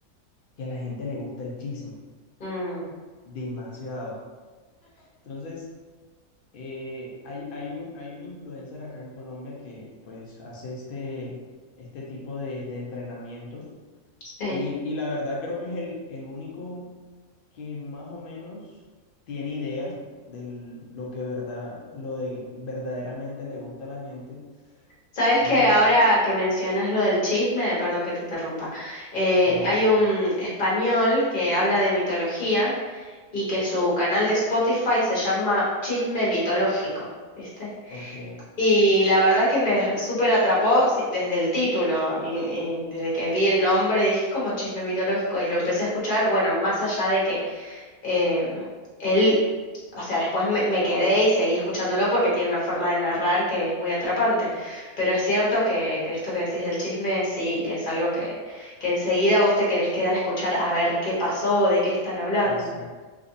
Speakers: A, on the left; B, on the left.
A: que a la gente le gusta el chisme
B: Mm,
A: demasiado. Entonces, Eh, hay, hay un, hay un influencer acá en Colombia que pues hace este, este tipo de, de entrenamientos
B: sí.
A: y, y la verdad creo que es el, el único que más o menos tiene idea de lo que verdad, lo de verdaderamente le gusta a la gente
B: Sabes
A: y
B: que ahora que mencionas lo del chisme, perdón que te interrumpa, eh,
A: vale,
B: hay un español que habla de mitología y que su canal de Spotify se llama Chisme Mitológico, ¿viste?
A: ok,
B: Y la verdad es que me súper atrapó si- desde el título y, y desde que vi el nombre dije como chisme mitológico y lo empecé a escuchar, bueno, más allá de que em, él, o sea, después me, me quedé y seguí escuchándolo porque tiene una forma de narrar que es muy atrapante. Pero es cierto que, que esto que decís del chisme, sí, es algo que, que enseguida vos te querés quedar a escuchar a ver qué pasó, de qué están hablando.
A: exacto.